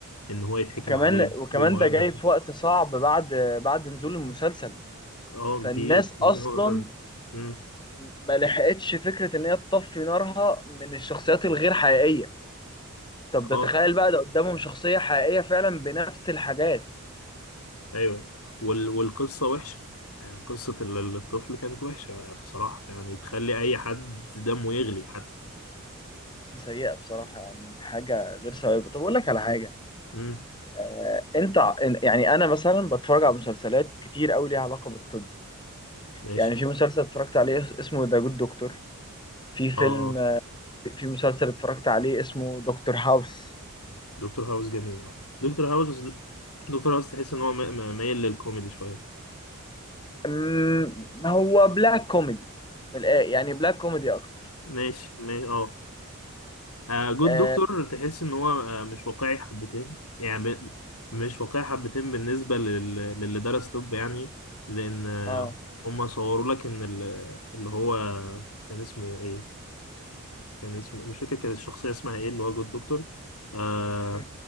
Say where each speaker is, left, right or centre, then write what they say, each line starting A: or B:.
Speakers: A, on the left; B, on the left.
A: ان هو يتحكم
B: وكمان
A: عليه
B: وكمان
A: بمؤبد
B: ده جاي في وقت صعب بعد بعد نزول المسلسل
A: اه
B: فالناس
A: دي دي
B: اصلا
A: نقطة مم.
B: ما لحقتش فكره ان هي تطفي نارها من الشخصيات الغير حقيقيه طب ده
A: اه
B: تخيل بقى ده قدامهم شخصية حقيقية فعلا بنفس الحاجات
A: ايوه وال... والقصة وحشة يعني قصة ال- الطفل كانت وحشة بصراحة يعني تخلي اي حد دمه يغلي حتى
B: بس سيئة بصراحة يعني حاجة غير سوية طب أقول لك على حاجة
A: مم.
B: آه أنت ع- إن- يعني أنا مثلا بتفرج على مسلسلات كتير أوي ليها علاقة بالطب
A: ماشي
B: يعني في مسلسل اتفرجت عليه اس- اسمه ذا جود دكتور في فيلم
A: اه اه
B: آه، في مسلسل اتفرجت عليه اسمه دكتور هاوس
A: دكتور هاوس جميل اه دكتور هاوس دكتور هاوس تحس ان هو م- م- مايل للكوميدي شوية
B: أمم، هو بلاك كوميدي من الآ- يعني بلاك كوميدي أكتر
A: ماشي ما... اه آه جود
B: آه,
A: دكتور تحس ان هو آه مش واقعي حبتين يعني ب- مش واقعي حبتين بالنسبه لل- للي درس طب يعني لان آه
B: آه.
A: هم صوروا لك ان ال- اللي هو كان اسمه ايه كان اسمه مش فاكر كان الشخصيه اسمها ايه اللي هو جود دكتور آه
B: م-